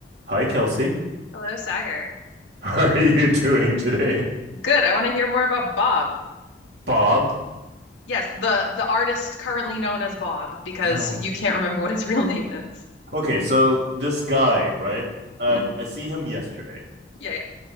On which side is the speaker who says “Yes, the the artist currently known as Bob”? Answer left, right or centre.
Left